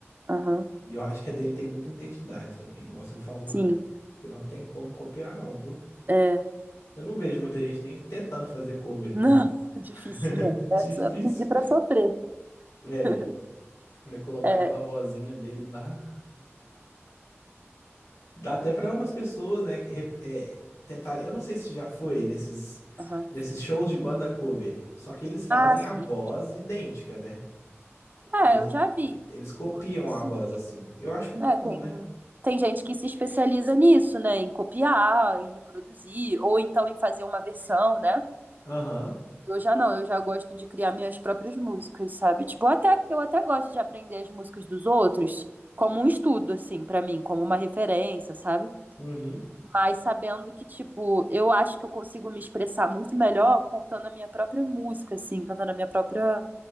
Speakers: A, on the right (about 40°); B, on the left (about 85°).
A: Aham.
B: E eu acho que a dele tem muita identidade também, igual você falou.
A: Sim.
B: <laughs> Que não tem como copiar, não, viu?
A: É.
B: Eu não vejo muita gente nem tentando fazer cover,
A: Não,
B: né? <laughs>
A: <laughs> difícil mesmo. É
B: Difícil.
A: só pedir pra sofrer.
B: É,
A: <laughs>
B: vai colocar
A: É,
B: aquela vozinha dele lá. Dá até para umas pessoas, né, que rep- é, tentarem. Eu não sei se já foi nesses,
A: aham.
B: nesses shows de banda cover, só que eles fazem
A: Ah, sim.
B: a voz idêntica, né?
A: É,
B: Eles,
A: eu já vi.
B: eles copiam
A: Sim.
B: a voz assim. Eu acho muito
A: É,
B: bom,
A: tem,
B: né?
A: tem gente que se especializa nisso, né? Em copiar, em reproduzir, ou então em fazer uma versão, né?
B: Aham.
A: Eu já não, eu já gosto de criar minhas próprias músicas, sabe? Tipo, eu até, eu até gosto de aprender as músicas dos outros como um estudo, assim, pra mim, como uma referência, sabe?
B: uhum.
A: Mas sabendo que, tipo, eu acho que eu consigo me expressar muito melhor contando a minha própria música, assim, cantando a minha própria